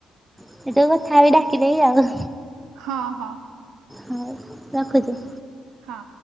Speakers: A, in the centre; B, on the right.
A: <unintelligible> ଡାକି ଦେବି ଆଉ।
B: ହଁ ହଁ।
A: ହଉ ରଖୁଛି।
B: ହଁ।